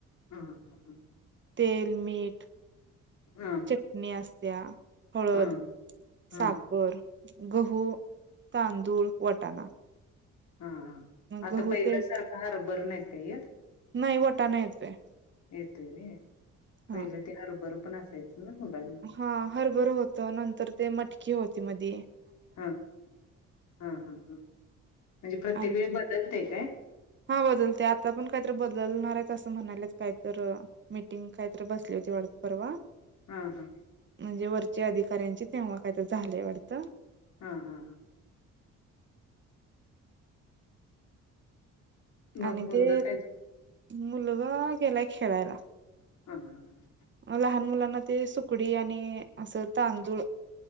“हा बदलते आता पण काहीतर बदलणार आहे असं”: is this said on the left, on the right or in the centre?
Right